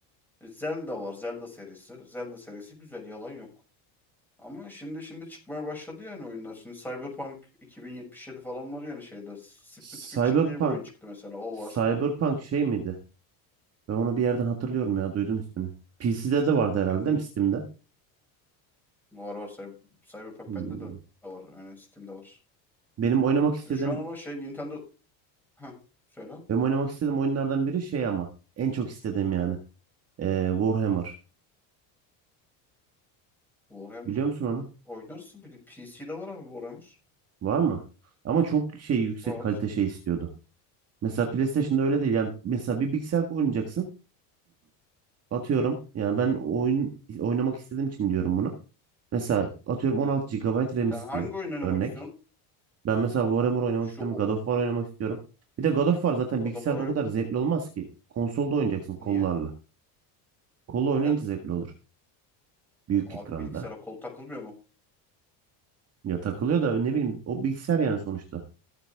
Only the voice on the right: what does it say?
Cyberpunk.
Cyberpunk
şey miydi? Ben onu bir yerden hatırlıyorum ya. Duydum ismini. PC'de de vardı herhalde
değil mi Steam'de?
Hmm.
Benim oynamak istediğim
benim oynamak istediğim oyunlardan biri şey ama en çok istediğim yani. Ee, Warhammer.
Biliyor musun onu?
Var mı? Ama çok şey yüksek
kalite şey istiyordu. Mesela PlayStation'da öyle değil. Yani mesela bir bilgisayar oynayacaksın. Atıyorum. Yani ben oyun oynamak istediğim için diyorum bunu. Mesela atıyorum 16 gigabayt RAM
istiyor.
Örnek.
Ben mesela Warhammer oynamak
istiyorum.
God of War oynamak istiyorum. Bir de God of War zaten
bilgisayarda
o kadar zevkli olmaz ki. Konsolda oynayacaksın kollarla.
Kolla
oynayınca zevkli olur. Büyük
ekranda.
Ya takılıyor da ne bileyim o bilgisayar yani sonuçta.